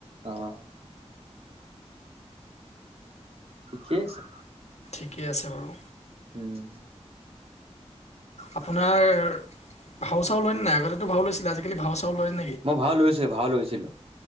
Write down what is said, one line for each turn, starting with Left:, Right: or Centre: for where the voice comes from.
Right: আহ। ঠিকেই আছে।
Left: ঠিকেই আছে বাৰু।
Right: উম।
Left: আপোনাৰ ভাও চাও লয় নে নাই? আগতেটো ভাও লৈছিলে আজিকালি ভাও চাও লৈ
Right: মই ভাও লৈছে, ভাও লৈছিলো।